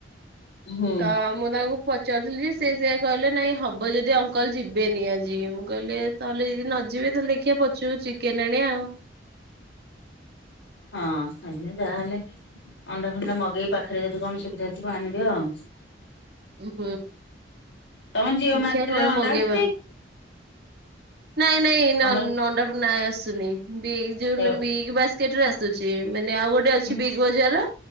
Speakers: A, on the left (about 85°); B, on the right (about 60°).
A: ହୁଁ
B: ତ। ମୁଁ ତାଙ୍କୁ ପଚାରୁ ଥିଲି ଯେ ସେ ସେୟା କହିଲେ ନାଇ ହେବ ଯଦି ଅଙ୍କଲ ଯିବେ ନି ଆଜି ମୁଁ କହିଲି ତା ହେଲେ ନ ଯିବେ ଯଦି ଦେଖିବା ପଛକୁ ଚିକେନ ଆଣିବା ଆଉ।
A: ହଁ ବାହା ହେଲେ। ଅଣ୍ଡା ପଣ୍ଡା ମଗେଇ ପାଖରେ ଯଦି କଣ ସୁବିଧା ଥିବ ଆଣିଦିଅ ଆଉ।
B: ହୁଁ
A: ତମ ଜିଓ
B: ଦେଖିବା
A: ମାର୍ଟରେ
B: କଣ
A: ଅଣ୍ଡା
B: ମଗେଇବା
A: ଆସୁଛି?
B: ନାଇଁ ନାଇଁ
A: ତମର
B: ଅଣ୍ଡା ଫଣ୍ଡା ଆସୁନି। <unintelligible>
A: ସେ ଉଁ
B: କିଟରେ ଆସୁଛି ମାନେ ଆଉ ଗୋଟେ ଅଛି
A: ହୁଁ
B: ବିଗ୍ ବଜାର